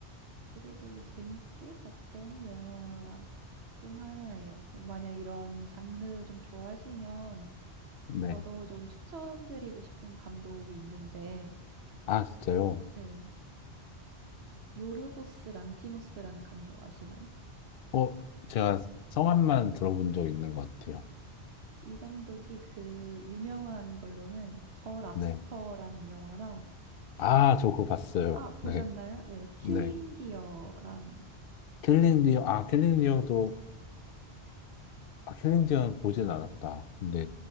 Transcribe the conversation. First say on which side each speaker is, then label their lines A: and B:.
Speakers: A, on the right; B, on the left.
A: 되게 되게 재밌게 봤던 영화 중 하나예요. 그 만약 이런 장르 좀 좋아하시면
B: 네.
A: 저도 좀 추천드리고 싶은 감독이 있는데,
B: 아, 진짜요?
A: 네, 요르고스 란티모스라는 감독 아시나요?
B: 어, 제가 성함만 들어본 적 있는 것 같아요.
A: 이 감독이 그 유명한 걸로는 더 랍스터라는
B: 네.
A: 영화랑
B: 아, 저 그거 봤어요.
A: 아, 보셨나요?
B: 네.
A: 네, 킬링
B: 네.
A: 디어랑
B: 킬링 디어, 아, 킬링 디어도, 아, 킬링 디어는 보진 않았다. 근데